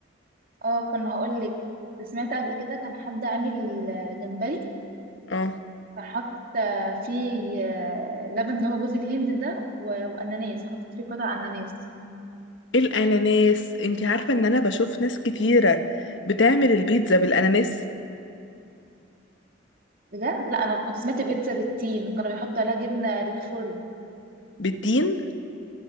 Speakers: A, on the right (about 50°); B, on the left (about 65°).
A: اه كان هقول لك كنت سمعت قبل كده كان حد عامل آه، جمبري
B: اه
A: كان حاطط آه، فيه آه، لبن اللي هو جوز الهند ده و- واناناس حاطط فيه قطع اناناس
B: الاناناس انتي عارفة ان انا بشوف ناس كتيرة بتعمل البيتزا بالاناناس
A: بجد لا انا كنت سمعت بيتزا بالتين كانوا بيحطوا عليها جبنه ريكفورد
B: بالتين